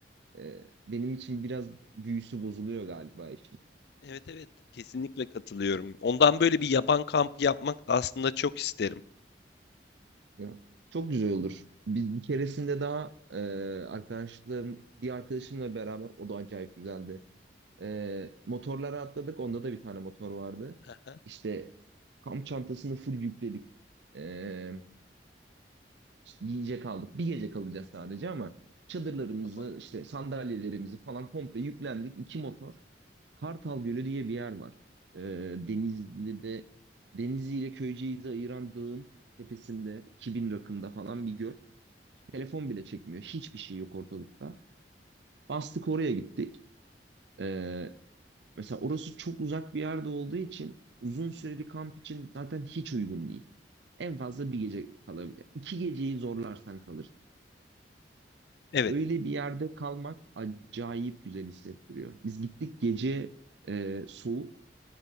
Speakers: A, on the right; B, on the left.
A: e, benim için biraz büyüsü bozuluyor galiba işin.
B: Evet evet kesinlikle katılıyorum. Ondan böyle bir yaban kampı yapmak da aslında çok isterim.
A: Ya, çok güzel olur. Bir, bir keresinde daha e, arkadaşlarım, bir arkadaşımla beraber o da acayip güzeldi. E, motorlara atladık. Onda da bir tane motor vardı.
B: Hı hı,
A: İşte kamp çantasını full yükledik. E, işte yiyecek aldık. Bir gece kalacağız sadece ama çadırlarımızı,
B: Tamam.
A: işte sandalyelerimizi falan komple yüklendik. İki motor. Kartal Gölü diye bir yer var. Ee, Denizli'de Denizli ile Köyceğiz'i ayıran dağın tepesinde 2000 rakımda falan bir göl. Telefon
B: Hı. hı.
A: bile çekmiyor. Hiçbir şey yok ortalıkta. Bastık oraya gittik. Ee, mesela orası çok uzak bir yerde olduğu için uzun süreli kamp için zaten hiç uygun değil. En fazla bir gece kalabilir. İki geceyi zorlarsan kalırsın.
B: Evet.
A: Öyle bir yerde kalmak acayip güzel hissettiriyor. Biz gittik gece e, soğuk.